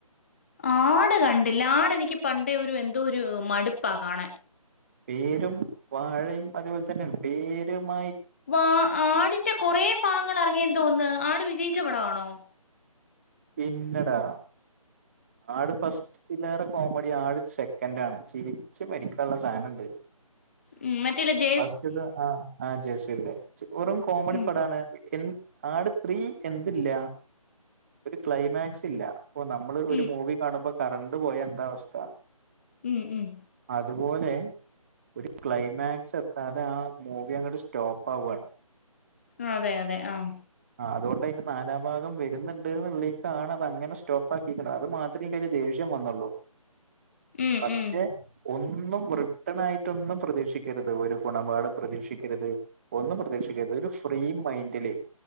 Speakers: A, on the left; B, on the right.
A: ആട് കണ്ടില്ല ആട് എനിക്ക് പണ്ടേ ഒരു എന്തോ ഒരു മടുപ്പാ കാണാൻ
B: പേരും വാഴയും അതേപോലെ തന്നെയാണ് പേരുമായി
A: വാ ആടിന്റെ കൊറേ ഭാഗങ്ങള് ഇറങ്ങിയന്ന് തോന്നുന്ന് ആട് വിജയിച്ച പടവാണോ
B: പിന്നെടാ ആട് ഫസ്റ്റിലേറെ കോമഡി ആട് സെക്കന്റ് ആണ് ചിരിച്ച് മരിക്കാള്ള സാധനണ്ട്
A: മ്ഹ് മറ്റേല്ല ജ്
B: ഫസ്റ്റ് ഇത് ആഹ് ആഹ് ജയസൂര്യന്റ വെറും കോമഡി
A: ഉം
B: പടാണ് ആട് ത്രീ എന്തില്ല ഒരു ക്ലൈമാക്സ് ഇല്ല ഇപ്പൊ നമ്മള് ഒരു
A: ഉം
B: മൂവി കാണുമ്പോ കരണ്ട് പോയ എന്താ അവസ്ഥ
A: ഉം ഉം
B: അതുപോലെ ഒരു ക്ലൈമാക് സെത്താതെ ആ മൂവി അങ്ങട് സ്റ്റോപ്പ് ആവാണ്
A: ആഹ് അതെ അതെ ആഹ്
B: അത് കൊണ്ട്അയിന്റെ നാലാംഭാഗം വരുന്നുണ്ട് എന്നുള്ളേട്ടാണ് അത് അങ്ങനെ സ്റ്റോപ്പ് ആ ‌ക്കിയേക്കണത് അത് മാത്രേ ഇൻക്ക് ദേഷ്യം വന്നൊള്ളൂ
A: ഉം
B: പക്ഷെ
A: ഉം
B: ഒ ന്നും റിട്ടൺ ആയിട്ടൊന്നും പ്രതീക്ഷിക്കരുത് ഒരു ഗുണപാഠം പ്രതീക്ഷിക്കരുത് ഒന്നും പ്രതീക്ഷിക്കരുത് ഒരു ഫ്രീ മയ്ന്റില്